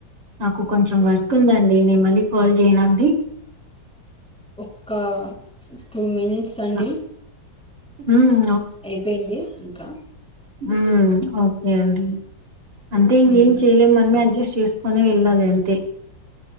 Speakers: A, on the right (about 80°); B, in the centre.
A: నాకు కొంచెం వర్క్ ఉందండి నే మళ్ళ కాల్ చేయడండి
B: ఓ ఒక టూ మినిట్స్ అండి
A: అ హ్మ్.
B: అయిపోయింది ఇంకా
A: ఉ ఓకే అండి అంటే ఇంకేం
B: ఉమ్
A: చేయలేం మనమే అడ్జస్ట్ చేసుకుొని వెళ్ళాలి అంతే